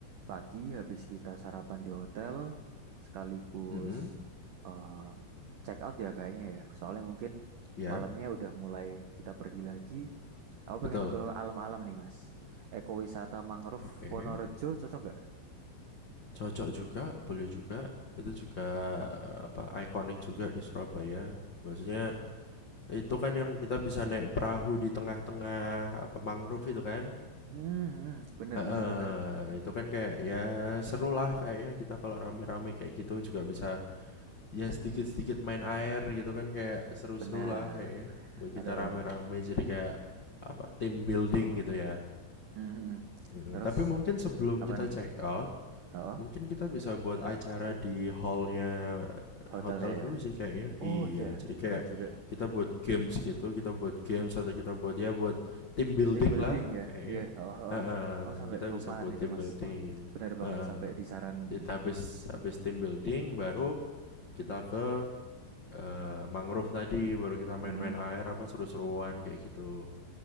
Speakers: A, on the right; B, on the left.
A: pagi habis kita sarapan di hotel, sekaligus
B: Mm-mm.
A: eh, check out ya kayaknya ya. Soalnya mungkin
B: Ya,
A: malamnya udah mulai kita pergi lagi, Aku
B: betul.
A: pengen ke alam-alam nih, Mas. Ekowisata mangrove
B: Oke.
A: Wonorejo cocok gak?
B: Cocok juga, boleh juga. Itu juga eh, apa ikonik juga di Surabaya. Maksudnya itu kan yang kita bisa naik perahu di tengah-tengah apa mangrove itu kan.
A: Hmm, hmm, bener,
B: Heeh,
A: bener, bener.
B: itu kan kayak ya seru lah kayaknya kita kalau rame-rame kayak gitu juga bisa ya sedikit-sedikit main air gitu kan kayak seru-seru
A: Bener.
B: lah kayaknya untuk
A: Aduh.
B: kita rame-rame jadi kayak apa team building gitu ya.
A: Hmm, hmm, hmm.
B: Mm,
A: Terus,
B: Tapi mungkin sebelum
A: apa
B: kita
A: nih?
B: check out
A: Oh,
B: Mungkin kita bisa buat acara di hallnya eh,
A: hotelnya
B: hotel dulu
A: ya?
B: sih kayaknya. Iya,
A: Oh iya,
B: jadi kayak
A: bener juga.
B: kita buat games gitu, kita buat games atau kita buat ya buat team building
A: Team building
B: lah
A: ya?
B: kayaknya.
A: Iya, oh,
B: Heeh,
A: oh. Oh, sampai
B: kita
A: kelupaan
B: bisa buat
A: itu,
B: team
A: Mas.
B: building.
A: Bener
B: Heeh.
A: banget, sampai disaranin
B: Jadi
A: ini.
B: habis habis team building baru kita ke eh, mangrove tadi, baru kita
A: Hmm,
B: main-main
A: hmm.
B: air apa seru-seruan kayak gitu.